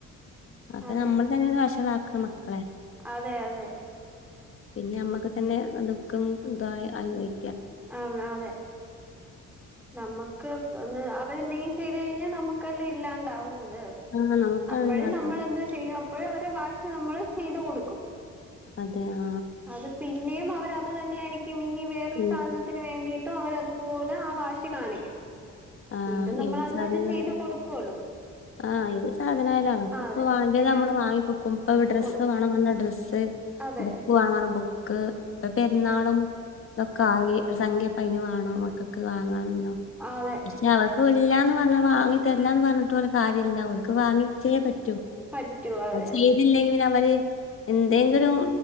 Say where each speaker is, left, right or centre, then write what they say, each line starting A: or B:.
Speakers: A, on the left; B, in the centre.
A: ഒക്കെ
B: അതെ
A: നമ്മൾ തന്നെയാണ് വഷളാക്കണേ മക്കളെ
B: അതെ അതെ
A: പിന്നെ ഞമ്മക്ക് തന്നെ ദുഃഖം അനുഭവി
B: ആ അതെ നമുക്ക്ന്ന് അവരെന്തെങ്കിലും ചെയ്തു കഴിഞ്ഞാൽ നമുക്കല്ലെ ഇല്ലാണ്ടാവുന്നത് അതെ
A: ആ നമുക്കാണല്ലോ
B: അപ്പോഴും
A: അത്.
B: നമ്മൾ എന്തോ ചെയ്യും അപ്പോഴും അവരുടെ വാശി നമ്മൾ ചെയ്തു കൊടുക്കും
A: അതെ ആ
B: അത് പിന്നെയും അവർ അത് തന്നെ ആയിരിക്കും ഇനി വേറൊരു
A: പിന്നെ
B: സാധനത്തിന് വേണ്ടിട്ട് ട്ടും അവരതുപോലെ ആ വാശി കാണിക്കും
A: ആ
B: വീണ്ടും നമ്മൾ
A: ഏത്
B: അത്
A: സാധനമായാലും
B: തന്നെ ചെയ്ത് കൊടുക്കോലോ
A: <inaudible> ആഹ് ഏത് സാധനായാലും അവര്ക് പ്പൊ
B: അതെ
A: വാണ്ടീത്
B: അങ്ങനെയാ
A: നമ്മൾ വാങ്ങി കൊടുക്കും പ്പൊ ഡ്രസ്സ്‌
B: കൊടുക്കും
A: വാണം പറഞ്ഞ ഡ്രസ്സ്‌
B: അതെ
A: ബുക്ക് വാങ്ങണം ബുക്ക്.. പ്പൊ പെരുന്നാളും തൊക്കെ ആയി ഒരു സംഖ്യപ്പൊ അയിന് വാണം മക്കക്ക് വാങ്ങാൻ
B: ആഹ് അതെ
A: പക്ഷെ അവക്ക് ഇല്ലാന്ന് പറഞ്ഞ് വാങ്ങി തര്ല്ല ന്ന് പറഞ്ഞിട്ട് ഒരു കാര്യ ല്ല ഓൽക്ക് വാങ്ങിച്ചെ പറ്റൂ,
B: പറ്റൂ അതെ
A: അത് ചെയ്തില്ലെങ്കിൽ
B: അതെ
A: പിന്നെഅവര് എന്തെങ്കിലും,